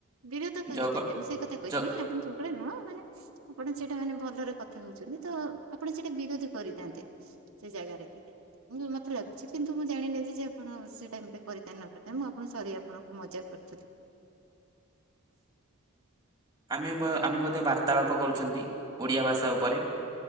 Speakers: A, on the right; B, on the right.
A: ବିରୋଧ କରିଥାନ୍ତେ
B: ଜଗ
A: ମୁଁ ସେଇ କଥା କହୁଛି
B: ଜ
A: ନାଇଁ ଆପଣ ଚ ଢୀ ନୁହଁ ମାନେ ଆପଣ ସେଇଟା ମାନେ ଭଲରେ କଥା ହଉଛନ୍ତି ତ ଆପଣ ସେଇଟା ବିରୋଧ କରିଥାନ୍ତେ। ସେ ଜାଗାରେ ଥିଲେ ମୁଁ ମତେ ଲାଗୁଛି କିନ୍ତୁ ମୁଁ ଜାଣିନେ ଯେ ଆପଣ ସେ ଟାଇମରେ କରିଥାନ୍ତେ ନ ନାଇ ମୁଁ ଆପଣ ସରି ଆପଣଙ୍କୁ ମଜା କରୁଥିଲି।
B: ଆମେ ବୋ ଆମେ ବୋଧେ ବାର୍ତ୍ତାଳାପ କରୁଛନ୍ତି ଓଡ଼ିଆ ଭାଷା ଉପରେ।